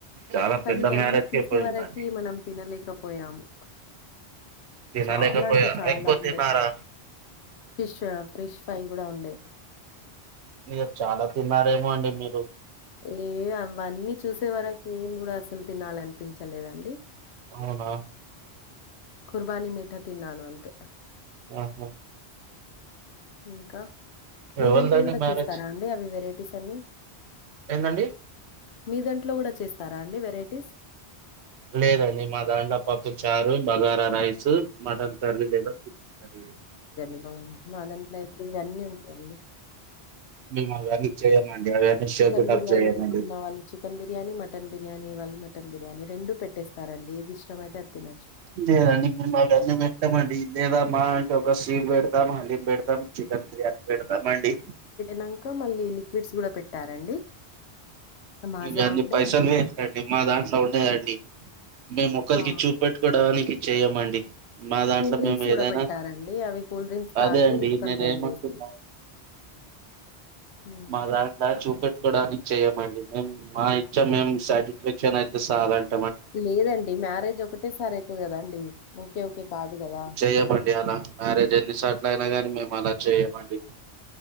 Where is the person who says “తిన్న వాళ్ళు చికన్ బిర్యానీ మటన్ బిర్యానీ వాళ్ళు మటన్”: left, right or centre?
Left